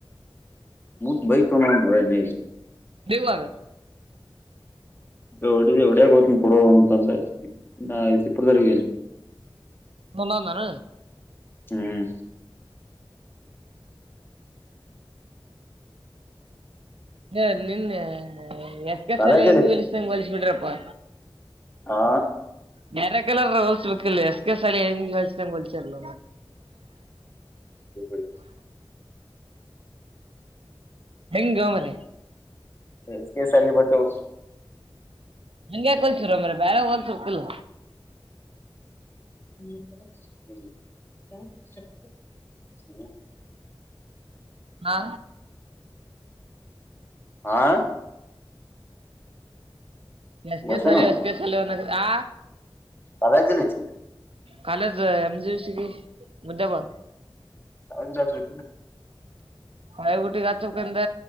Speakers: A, on the left; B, on the right.
A: ಹಟ ಭೈ ಕಮ ನ
B: ದವುಾವ
A: ಹೊಡ ಹೊಡಿಯಾಗ ಹತನ ಕೊಡುವ ಅಂತಂದ್ರೆ ನಾ ಸಿಪ್ರದರ್ಗ ಏನು
B: ನಂದಂದಾನ
A: ಹ್ಮ್
B: ಸ ನಿನ್ನ ಎಕ್ಕಸಲ
A: ಕಾಲೇಜಲ್ಲಿ
B: ಹೆಂಗಿ ಹೊಲಿಸ್ದಂಗ ಹೊಲಸ್ ಬಿಡ್ರಪ್ಪಾ
A: ಹಾ
B: ಬೇರೆ ಕಲರ್ ರೋಲ್ಸ್ ಬೇಕಲ್ ಎಸ್ ಕೆ ಸಾಲ ಹೆಂಗಿ ಹೊಲ್ಸಂಗ ಹೊಲ್ಚರ್ಲ್ಲ
A: ರಿ
B: ಹೆಂಗ್ ಗ ಮರ
A: ಎಸ್ ಕೆಸ್ ಅಲ್ಲಿ ಬಟ್ಟು
B: ಹಂಗಗೆ ಯಾಕಲ್ಸರ ಮ್ರ ಬೇರೆ ಹೋಲ್ಸಕಲ್ಲ
A: <inaudible>
B: ಹಾ
A: ಹ ಆ
B: ಎಸ್ ಕೆ
A: ಬಸನು
B: ಸವಾಲ ಎಸ್ ಕೆ ಸಾಲನ್ನ ಹ
A: ಕಾಲೇಜಲ್ಲಿ ಐತಿ
B: ಕಾಲಜ ಎಮಜ ಸಿ ಮು್ದ್ಯ ಬಳ
A: ಅಂದಾಜುಸ
B: ಮಯಗಟ್ಟಿ ಕತ್ತಕ್ಕಿಂದ